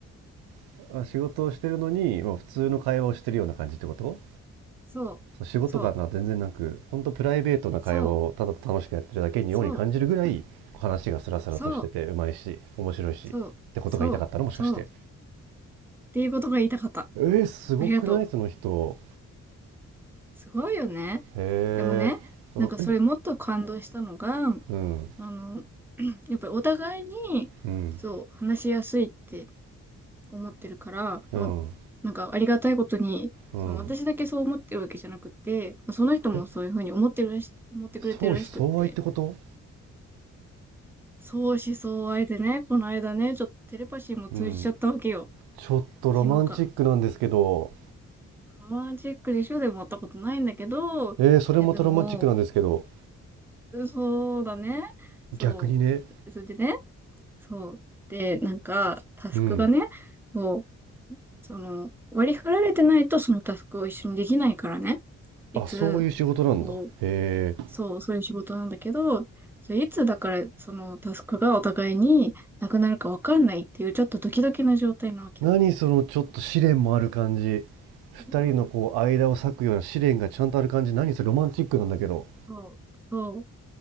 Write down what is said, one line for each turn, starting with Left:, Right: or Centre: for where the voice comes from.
Right: <laughs> あ仕事をしてるのに、まあ、普通の会話をしてるような感じってこと
Centre: そう、
Right: そう仕事感が全然なく、
Centre: そう、
Right: 本当プライベートな会話をただ楽しくやってるだけにように感じるぐらい、
Centre: そう、そう、
Right: 話がスラスラとしてて、
Centre: そう、
Right: うまいし、面白いし、
Centre: そう、
Right: ってことが言いたかったのもしかして。
Centre: そう、そうっていうことが言いたかった。
Right: えー、すごくないその人。
Centre: ありがとう。すごいよね。
Right: へえ。
Centre: でもね、
Right: あえ、
Centre: なんかそれもっと感動したのが、
Right: うん、
Centre: あの、<clears throat> やっぱりお互いに、
Right: うん、
Centre: そう、話しやすいって思ってるから、
Right: うん、
Centre: もう、なんかありがたいことに、
Right: うん。
Centre: その私だけそう思ってるわけじゃなくて、その人もそういうふうに思ってるらし、
Right: え、
Centre: 思ってくれてるらしくって、
Right: 相思相愛ってこと
Centre: 相思相愛でね、この間ね、ちょっとテレパシーも通じちゃったわけよ。
Right: うん。ちょっとロマンチックなんですけど、
Centre: 昨日か。ロマンチックでしょでも会ったことないんだけど、いやでも、
Right: えー、それまたロマンチックなんですけど、
Centre: そうだね。そう。
Right: 逆にね、
Centre: それでね、そう。で、なんか、タスクがね、
Right: うん。
Centre: もう、その、割り振られてないとそのタスクを一緒にできないからね。いつ、
Right: あ、そういう仕事なんだ。
Centre: こう、
Right: へえ。
Centre: そう、そういう仕事なんだけど、それいつだから、そのタスクがお互いになくなるかわかんないっていう、ちょっとドキドキな状態なわけよ。
Right: 何そのちょっと試練もある感じ。二人のこう間を裂くような試練がちゃんとある感じ。
Centre: そう、
Right: 何それロマンチックなんだけど。
Centre: そう、そう